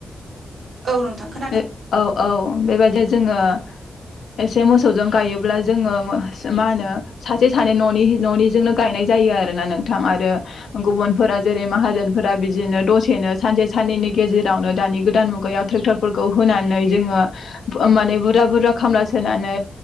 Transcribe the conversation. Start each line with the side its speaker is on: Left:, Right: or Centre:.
Right: औ नोंथां खोनादों
Left: बे औ औ बेबायदि जोंङो एसे मोसौजों गायोब्ला जोंङो मा होनो सासे सानै न'नि न'निजोंनो गायनाय जायो जायो आरोना नोंथां आरो गुबुनफोरा जेरै माहाजोनफोरा बिदिनो दसेनो सानसे सानननि गेजेरावनो दानि गोद मुगायाव ट्रेक्टर फोरखौ होनानै बुराजा बुरजा खामला सोनानै